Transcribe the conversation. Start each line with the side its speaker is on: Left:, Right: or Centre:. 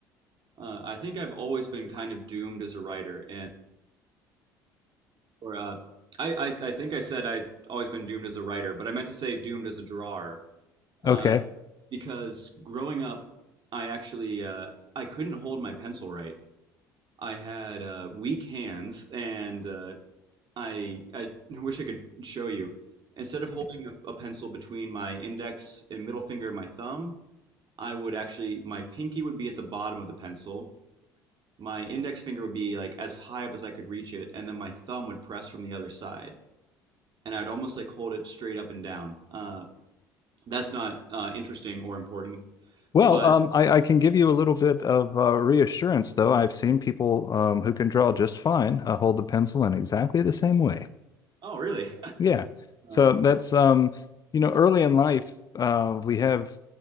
Right: Uh, I think I've always been kind of doomed as a writer, and or uh, I, I I think I said I always been doomed as a writer, but I meant to say doomed as a drawer uh,
Left: Okay.
Right: because growing up, I actually uh, I couldn't hold my pencil right. I had uh, weak hands, and uh, I I wish I could show you. Instead of holding a, a pencil between my index and middle finger and my thumb, I would actually my pinky would be at the bottom of the pencil. My index finger would be like as high up as I could reach it, and then my thumb would press from the other side, and I'd almost like hold it straight up and down. Uh, that's not uh, interesting or important,
Left: Well,
Right: but
Left: um, I, I can give you a little bit of uh, reassurance, though. I've seen people um, who can draw just fine uh, hold the pencil in exactly the same way.
Right: oh really? <laughs>
Left: Yeah. So
Right: Um,
Left: that's um, you know, early in life, uh, we have